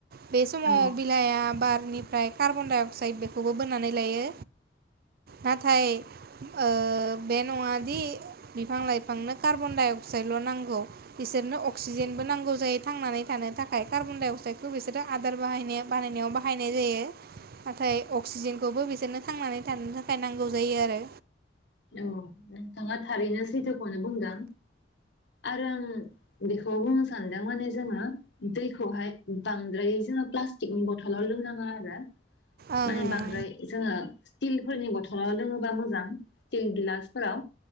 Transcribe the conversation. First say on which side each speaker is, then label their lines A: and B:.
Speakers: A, on the right (about 55°); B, on the left (about 70°).
A: बे समाव
B: औ
A: बिलाइआ बार बेनिफ्राय कार्बन डाइ अक्साइड बेखौबो बोननानै लायो नाथाय ओ बे नङा दि बिफां लाइफांनो कार्बन डाइ अक्साइडल' नांगौ बिसोरनो अक्सिजेनबो नांगौ जायो थांनानै थानो थाखाय कार्बन डाइ अक्साइदखौ बिसोरो आदार बाहाय बानायनायाव बाहायनाय जायो नाथाय अक्सिजेनखौबो बिसोरनो थांनानै थानो थाखाय नांगौ जायो आरो।
B: औ नोंथाङा थारैनो सैथोखौनो बुंदों आरो आं बेखौ बुंनो सानदों माने जोङो दैखौहाय बांद्रायै जोङो प्लास्टिकनि बथलाव लोंनाङा आरो।
A: ओं
B: माने बांद्राय जोङो तिलफोरनि बथलाव लोङोबा मोजां स्टिल गिलासफोराव